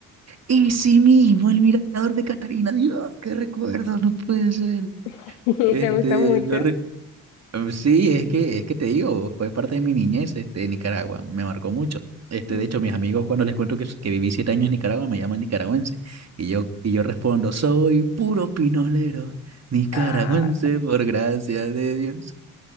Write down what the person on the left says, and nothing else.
<laughs>
¿te gusta mucho?
Mm.
Ah,